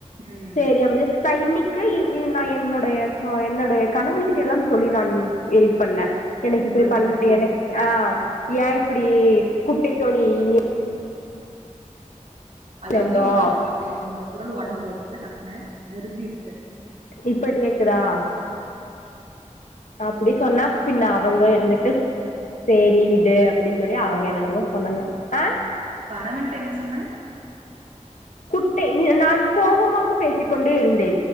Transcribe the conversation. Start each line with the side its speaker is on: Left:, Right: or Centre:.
Right: ம்
Left: செரி அப்டி நா இன்னிக்கு இ இ நா என்னுடைய ஆ என்னனுடைய கணவனு கிட்டல்லா சொல்லி நான் இது பண்ணே எனக்கு இப்டி
Right: வருந்துறே
Left: பண்
Right: எதுக்கு
Left: எனக் ஆ ஏ இப்டி குட்டை தோழி நீ
Right: அதாவ்து
Left: சேந்தோ
Right: உன்னோட <inaudible> என்னோட குரல் ஒடஞ்சு போயிருச்சு டக்குன்னு நெருந்திருக்கு
Left: இப்ப கேக்குதா அப்டி சொன்னா பின்ன அவங்க இருந்துட்டு சேரி விடு அப்டின்னு சொல்லி அவங்க என்னென்னமோ சொன்னாங்க ஆ
Right: கணவன்ட்ட என்ன சொன்ன
Left: குட்டை நா கோபமாக பேசிக் கொண்டே இருந்தே